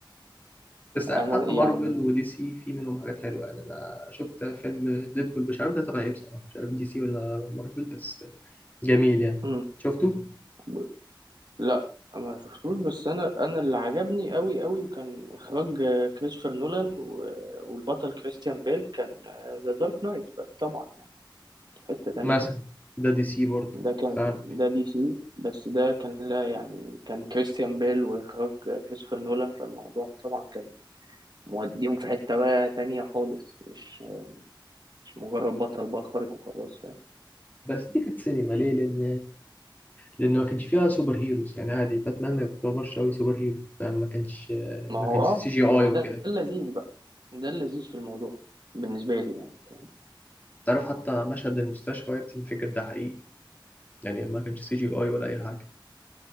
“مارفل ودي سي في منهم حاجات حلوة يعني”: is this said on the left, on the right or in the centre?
Left